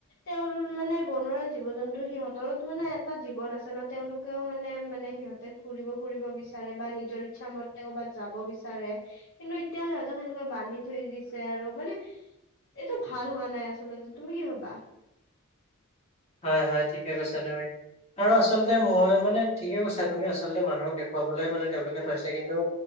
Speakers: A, on the left; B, on the left.
A: তেওঁৰ মানে বনৰীয়া জীৱ জন্তু সিহঁতৰো মানে এটা জীৱন আছে ন তেওঁলোকেও মানে মানে সিহঁতে ঘুৰিব ফুৰিব বিচাৰে বা নিজৰ ইচ্ছা মতে ক'বাত যাব বিচাৰে। কিন্তু এতিয়া সিহঁতক সেনেকুৱা বান্ধি থৈ দিছে আৰু মানে এইটো ভাল হোৱা নাই আচলতে, তুমি কি ভাবা?
B: হয়, হয়, ঠিকে কৈছা তুমি। আৰু আচলতে মই মানে ঠিকে কৈছা তুমি আচলতে মানুহক দেখুৱাবলৈ মানে তেওঁলোকে থৈছে। কিন্তু